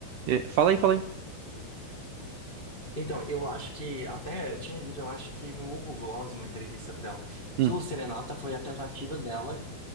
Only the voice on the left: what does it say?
então, eu acho que, até eu tinha lido, eu acho que no Hugo Gloss, uma entrevista dela,
que o Serenata foi a tentativa dela